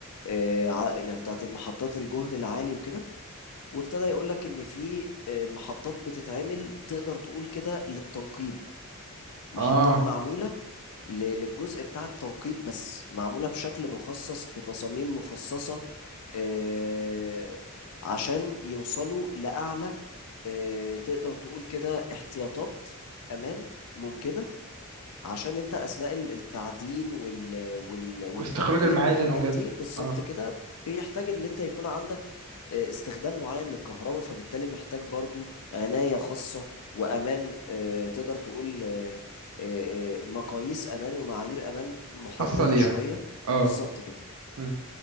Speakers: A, on the left (about 85°); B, on the right (about 75°).
A: أه، ع- يعني بتاعت المحطات الجهد العالي وكده وابتدى يقولك إن في أه، محطات بتتعمل تقدر تقول كده للتنقيب محطات
B: اه
A: معمولة ل- للجزء بتاع التنقيب بس معمولة بشكل مخصص بتصاميم مخصصة أه، عشان يوصلوا لأعلى آه، تقدر تقول كده احتياطات امان ممكنه عشان انت اثناء ال- التعدين وال وال والتنقيب
B: واستخراج المعادن
A: والحاجات
B: وكده
A: دي بالظبط
B: اه
A: كده بيحتاج ان انت يكون عندك آه، استخدام معين للكهرباء فبالتالي محتاج برضو عناية خاصة وامان آه، تقدر تقول آه، آه، آه، مقاييس امان ومعايير امان محددة
B: خاصة ليها
A: شوية
B: اه
A: بالظبط كده
B: مم.